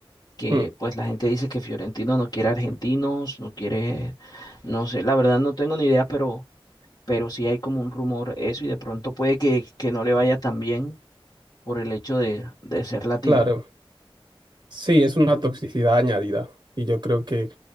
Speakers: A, on the left; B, on the right.
A: que
B: mm,
A: pues la gente dice que Fiorentino no quiere argentinos, no quiere, no sé, la verdad no tengo ni idea, pero, pero sí hay como un rumor eso y de pronto puede que, que no le vaya tan bien por el hecho de, de ser latino.
B: claro. Sí, es una toxicidad añadida. Y yo creo que